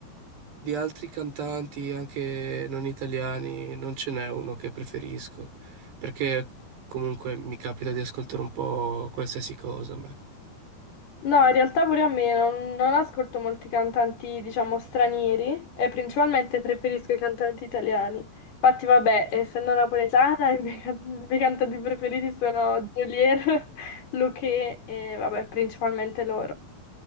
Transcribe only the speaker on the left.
No, in realtà pure a me non, non ascolto molti cantanti, diciamo, stranieri e principalmente preferisco i cantanti italiani. Infatti, vabbè, essendo napoletana, i miei, can- i miei cantanti preferiti sono Geolier, <laughs> Luchè e, vabbè, principalmente loro.